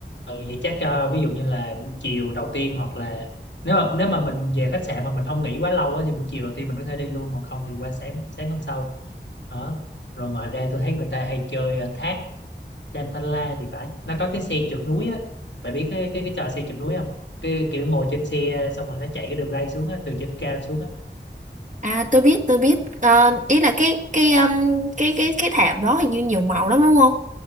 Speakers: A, on the left (about 85°); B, on the right (about 45°).
A: Ừ, vậy chắc cho ví dụ như là buổi chiều đầu tiên hoặc là nếu mà nếu mà mình về khách sạn mà mình không nghỉ quá lâu á, thì buổi chiều đầu tiên mình có thể đi luôn hoặc không thì qua sáng sáng hôm sau đó rồi ngoài ra tôi thấy người ta hay chơi ở thác Datanla thì phải nó có cái xe trượt núi á bạn biết cái cái cái trò xe trượt núi không cái kiểu ngồi trên xe xong rồi nó chạy cái đường ray xuống á từ trên cao xuống á
B: À tôi biết tôi biết Ờ, ý là cái cái um, cái cái cái thảm đó hình như nhiều màu lắm đúng không?